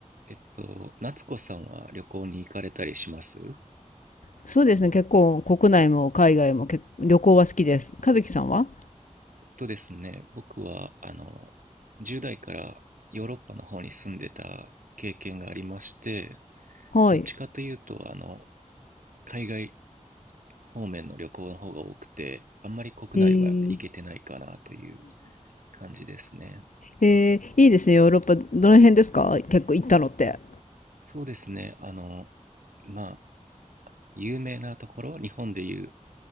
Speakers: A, on the right; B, on the left.
A: えっと、夏子さんは旅行に行かれたりします
B: そうですね、結構国内も海外も結旅行は好きです。和樹さんは
A: えっとですね、僕は、あの、10代からヨーロッパの方に住んでた経験がありまして、
B: はい。
A: どっちかというと、あの、海外方面の旅行の方が多くて、あんまり国内は行けてないかなという
B: えー、
A: 感じですね。
B: えー、いいですね、ヨーロッパ。どの辺ですか結構行ったのって。
A: そうですね、あの、まあ、有名なところ、日本でいう